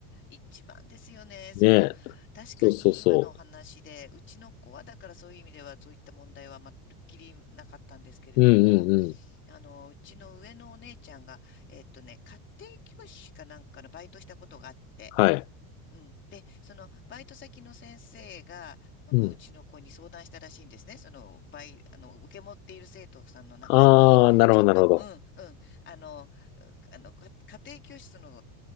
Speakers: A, on the left; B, on the left.
A: 一番ですよね。その、
B: ね。
A: 確かに今のお話で、
B: そうそうそ
A: うちの子はだからそういう意味ではそういった問題はまるっきりなかったんですけれども、
B: う。うんうんうん。
A: あの、うちの上のお姉ちゃんが、えっとね、家庭教師かなんかのバイトしたことがあって、
B: はい。
A: うん。で、そのバイト先の先生が、そのうちの子に相談したらしいんですね。
B: うん。
A: その、バイ、あの、受け持っている生徒さんの中に、
B: ああ、なるほど、
A: ちょっと、
B: なるほど。
A: うん、うん、あの、あの、か家庭教師の